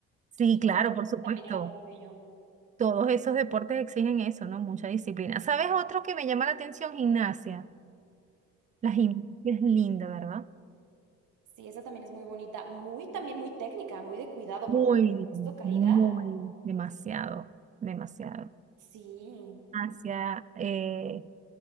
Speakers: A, on the right; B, on the right.
A: Sí,
B: y
A: claro,
B: ese deporte
A: por supuesto.
B: también era muy bello.
A: Todos esos deportes exigen eso, ¿no? Mucha disciplina. ¿Sabes otro que me llama la atención? Gimnasia. La gimnasia es linda, ¿verdad?
B: Sí, esa también es muy bonita, muy también muy técnica, muy de cuidado,
A: Muy,
B: porque esto caída,
A: muy, demasiado, demasiado.
B: sí.
A: Hacia, eh,